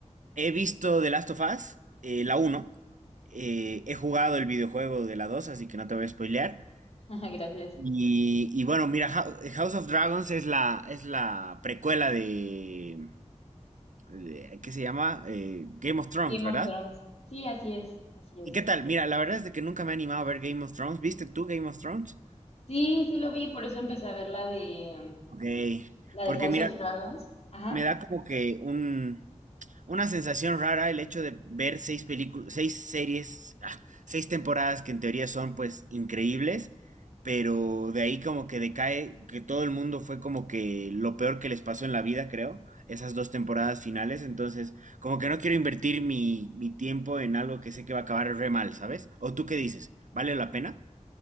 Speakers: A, on the right (about 80°); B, on the left (about 55°).
A: He visto The Last of Us, eh, la uno eh, he jugado el videojuego de la dos así que no te voy a spoilear.
B: <laughs> Gracias.
A: Y, y bueno, mira, Hou- House of Dragons es la, es la precuela de, de- ¿qué se llama? Eh, Game of Thrones,
B: Game
A: ¿verdad?
B: of Thrones. Sí, así es, así es.
A: ¿Y qué tal? Mira, la verdad es de que nunca me he animado a ver Game of Thrones. ¿Viste tú Game of Thrones?
B: Sí, sí lo vi, por eso empecé a ver la de um,
A: Ok,
B: la
A: porque
B: de House
A: mira,
B: of Dragons. Ajá.
A: me da como que un, una sensación rara el hecho de ver seis películas, seis series, ah, seis temporadas que en teoría son pues increíbles, pero de ahí como que decae, que todo el mundo fue como que lo peor que les pasó en la vida, creo, esas dos temporadas finales, entonces como que no quiero invertir mi, mi tiempo en algo que sé que va a acabar re mal, ¿sabes? ¿O tú qué dices? ¿Vale la pena?